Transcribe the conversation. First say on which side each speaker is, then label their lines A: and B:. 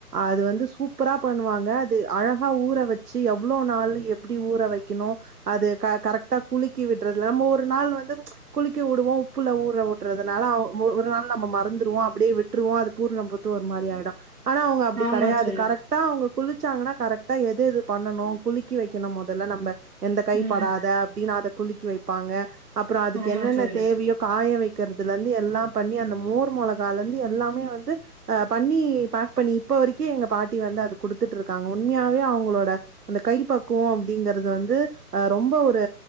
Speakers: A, on the right (about 80°); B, on the right (about 65°).
A: அது வந்து சூப்பரா பண்ணுவாங்க அது அழகா ஊற வச்சி எவ்ளோ நாளு எப்டி ஊற வைக்கனு அது க கரெக்டா குலிக்கி விட்றது நம்ம ஒரு நாள் வந்து குலிக்கி வுடுவோ உப்புல ஊற உட்றதுனால ஒரு நாள் நம்ம மறந்துருவோ அப்டியே விட் ருவோ அது பூர்ண பூத்து ஒரு மாரி ஆய்டு ஆனா அவுங்க அப்டி
B: ஆமா
A: கெடையாது
B: தோழி
A: கரெக்ட் டா அவுங்க குளிச்சாங்கன்னா கரெக்டா எது எது பண்ணனு குலுக்கி வைக்கணு மொதல்ல நம்ம எந்த கை
B: ம்
A: படாத அப்டின்னு அத குலுக்கி வைப்பாங்க அப்பறோ அதுக்கு
B: ஆமா
A: என்னென்ன
B: தோழி
A: தேவையோ காய வைக் கிறதுல இருந்து எல்லா பண்ணி அந்த மோர் மொளகாலேந்து எல்லாமே வந்து ஆ பண்ணி பேக் பண்ணி இப்ப வரைக்கு எங்க பாட்டி வந்து அது குடுத்துட்ருக்காங்க உண்மையாவே அவுங்ளோட அந்த கை பக்குவோ அப்டிங்கிறது வந்து ஆ ரொம்ப ஒரு